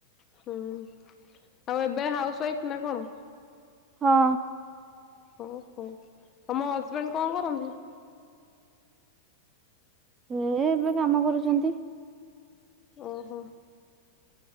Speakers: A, on the left; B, on the right.
A: ହୁଁ ଆଉ ଏବେ ହାଉସ ୱାଇଫ ନା କଣ?
B: ହଁ।
A: ଓ ହୋ ତମ ହଜବେଣ୍ଡ କଣ କରନ୍ତି?
B: ହୁଁ ଏ ଏବେ କାମ କରୁଛନ୍ତି?
A: ଓହୋ।